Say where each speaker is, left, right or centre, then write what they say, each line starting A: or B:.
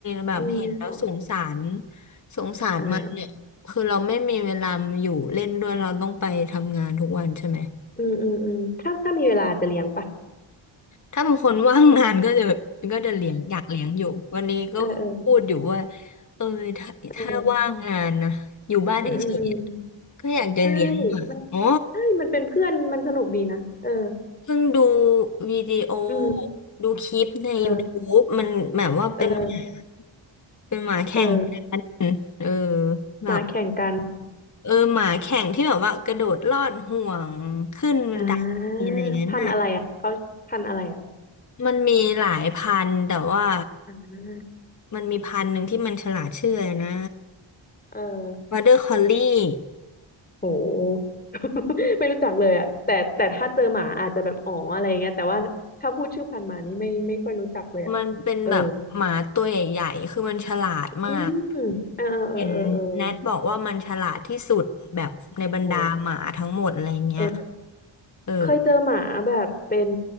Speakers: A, on the left (about 35°); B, on the left (about 20°).
A: แบบเห็นแล้วสงสาร
B: อืมอ๋อ
A: สงสารมันเนี่ยคือเราไม่มีเวลาอยู่เล่นด้วยเราต้องไปทำงานทุกวันใช่ไหม
B: อ่าอืมอืมอืมถ้าถ้ามีเวลาจะเลี้ยงปะ
A: ถ้าเป็นคนว่างงานก็จะก็จะเลี้ยงอยากเลี้ยงอยู่วันนี้ก็พูดอยู่ว่า
B: เออเออ
A: เออถ้าถ้าว่างงานนะอยู่บ้านเฉยๆอะ
B: เอออืมอืมอืม
A: ก็อยากจะเลี้ยงหมาอ๋อ
B: ใช่มันใช่ มันเป็นเพื่อน มันสนุกดีนะ เออ
A: เพิ่งดูวิดีโอ
B: อืม
A: ดูคลิปใน
B: เออ
A: YouTube มันแบบว่าเป็นหมา
B: เออ
A: เป็นหมาแข่งกัน
B: เออ
A: เออแบบ
B: หมาแข่งกัน
A: เออหมาแข่งที่แบบว่ากระโดดลอดห่วงขึ้นบันได
B: อ่า
A: อะไรอย่างนั้นน่ะ
B: พันธุ์อะไรอ่ะเขาพันธุ์อะไรอ่ะ
A: มันมีหลายพันธุ์แต่ว่า
B: อ่า
A: มันมีพันธุ์หนึ่งที่มันฉลาดชื่ออะไรนะ
B: เออ
A: วอเดอร์คอลลี่
B: โห <laughs> ไม่รู้จักเลยอ่ะแต่แต่ถ้าเจอหมาอาจจะแบบอ๋ออะไรเงี้ยแต่ว่าถ้าพูดชื่อพันธุ์หมานี่ไม่ไม่ค่อยรู้จักเลยอ่ะเออ
A: มันเป็นแบบหมาตัวใหญ่ๆคือมันฉลาดมาก
B: อืมเออเออเออเออเออ
A: เห็นแนทบอกว่ามันฉลาดที่สุดแบบในบรรดาหมาทั้งหมดอะไรเงี้ย
B: โหเออ
A: เออ
B: เคยเจอหมาแบบเป็น